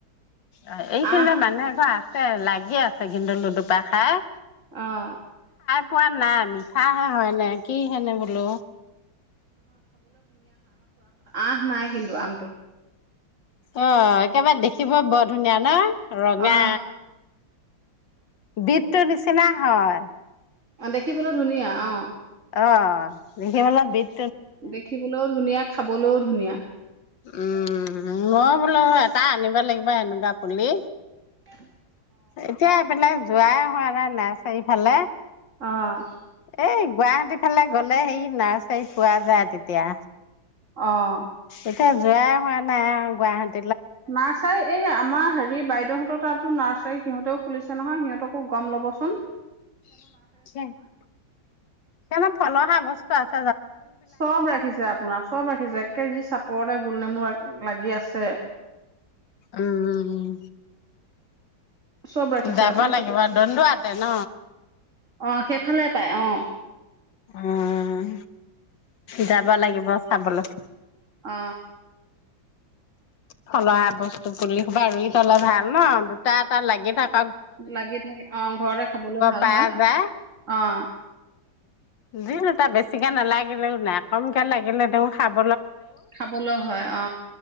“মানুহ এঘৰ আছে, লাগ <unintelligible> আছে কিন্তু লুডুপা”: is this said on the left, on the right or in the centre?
Left